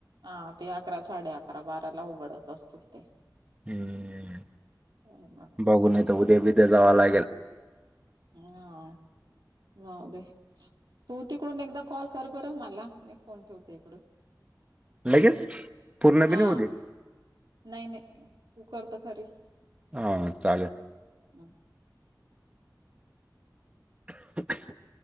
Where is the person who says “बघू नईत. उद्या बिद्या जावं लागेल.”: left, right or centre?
Right